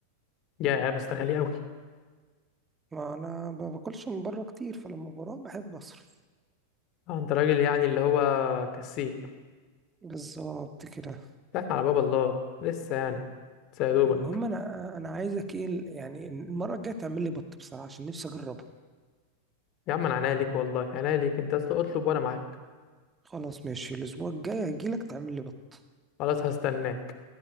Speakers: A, on the left; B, on the right.
A: يا بس ده غالي قوي
B: ما انا ما باكلش من بره كتير فلما بروح بحب اصرف
A: اه انت راجل يعني اللي هو كسيب
B: بالظبط كده
A: ده على باب الله لسه يعني لسه يا دوبك
B: المهم انا انا عايزك ايه يعني المره الجايه تعمل لي بط بصراحه عشان نفسي اجربه
A: يا عم انا عناية ليك والله عناية ليك انت اصلا اطلب وانا معاك
B: خلاص ماشي الاسبوع الجاي هجيلك تعمل لي بط
A: خلاص هستناك